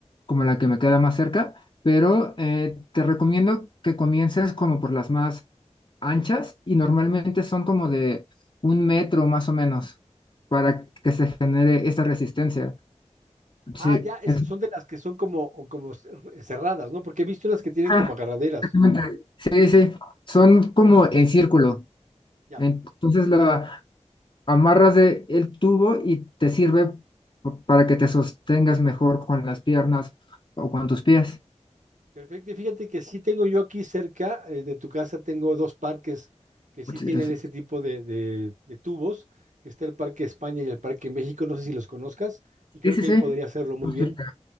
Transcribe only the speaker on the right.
Ah, ya, es,
son de las que son como, como cerradas, ¿no? Porque he visto las que tienen
como agarraderas.
Ya.
Perfecto, y fíjate que sí tengo yo aquí cerca eh, de tu casa, tengo dos parques que sí
tienen
ese tipo de, de- de tubos, que está el Parque España y el Parque México, no sé si los conozcas, y creo
que
ahí podría hacerlo muy
bien.